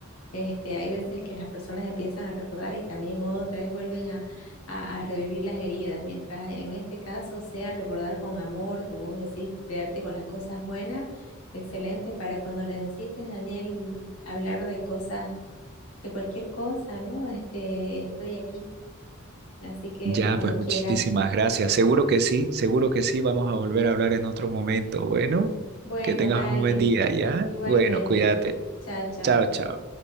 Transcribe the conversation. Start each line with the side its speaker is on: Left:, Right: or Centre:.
Left: Este, hay veces que las personas empiezan a recordar y también otras vuelven a, a- a revivir las heridas, mientras en este caso sea recordar con amor, como vos decís, quedarte con las cosas buenas, excelente para cuando necesites, Daniel, hablar de cosas, de cualquier cosa, ¿no? Este, estoy aquí, así que
Right: Ya,
Left: cuando
Right: pues muchísimas
Left: quieras.
Right: gracias. Seguro que sí, seguro que sí. Vamos a volver a hablar en otro momento. Bueno,
Left: Bueno,
Right: que tengas
Left: dale,
Right: un buen día, ¿ya?
Left: igualmente.
Right: Bueno, cuídate.
Left: Chao, chao.
Right: Chao, chao.